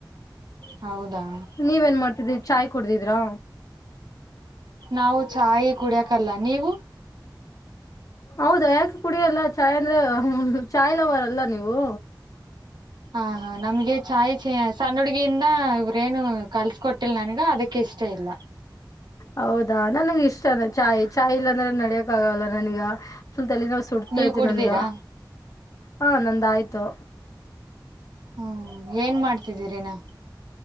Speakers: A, on the right (about 65°); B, on the left (about 45°).
A: ಹೌದಾ.
B: ನೀವ ಏನ್ ಮಾಡ್ತಿದ್ರಿ ಚಾಯ ಕುಡದಿದ್ರಾ.
A: ನಾವು ಚಾಯ್ ಕುಡಿಯಕಲ್ಲ ನೀವು.
B: ಹೌದಾ ಯಾಕೆ ಕುಡಿಯೆಲ್ಲ ಚಾಯ್ ಅಂದ್ರೆ ಚಾಯ ಲವರ್ ಅಲ್ಲ ನೀವು.
A: ಹಾ ಹಾ ನಮ್ಗೆ ಚಾಯ್ ಚ ಸಣ್ಣ ಹುಡ್ಗಿಯಿಂದ ಇವ್ರೇನು ಕಲ್ಸ ಕೊಟ್ಟಿಲ ನನ್ಗ ಅದಕ್ಕೆ ಇಷ್ಟ ಇಲ್ಲ.
B: ಹೌದಾ ನನ್ಗೆ ಇಷ್ಟ ಚಾಯ್ ಚಾಯ್ ಇಲ್ಲಾಂದ್ರ ನಡಿಯಕ್. ಕ ಹಾಗಲ್ಲ ನನಗ ಫುಲ್ ತಲಿನೂ ಸುಡತೈತಿ
A: ನೀವ್ ಕುಡ್ದೀರಾ
B: ನನಗ. ಹಾ ನಂದ ಆಯ್ತು.
A: ಹ್ಮ್ ಏನ ಮಾಡ್ತಿದ್ದೀರಿ ಇನ.